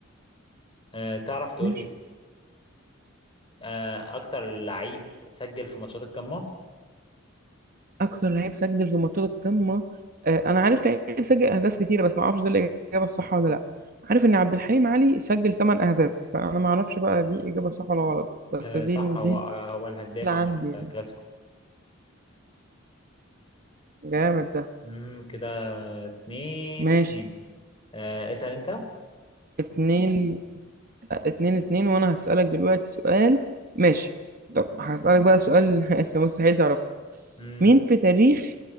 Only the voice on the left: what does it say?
أه... تعرف تقول
لي أه... أكتر لعيب سجل في ماتشات القمة
أه...
صح هو
آه، هو الهداف
عامة
بتاع
الكلاسيكو
مهم. كده اتنين
اتنين أه... اسأل أنت
مم.